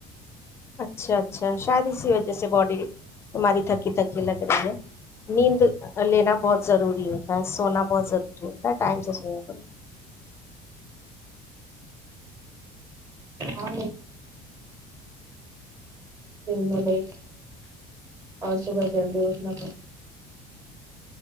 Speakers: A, on the left (about 20°); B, on the right (about 25°).
A: اچھا اچھا شاید اسی وجہ جیسے باڈی ہماری تھکی تھکی لگ رہی ہے نیند لینا بہت ضروری ہوتا ہے سونا بہت ضروری ہوتا ہے ٹائم سے سونے کر
B: ہاں مٹے اور صبح جلدی اٹھنا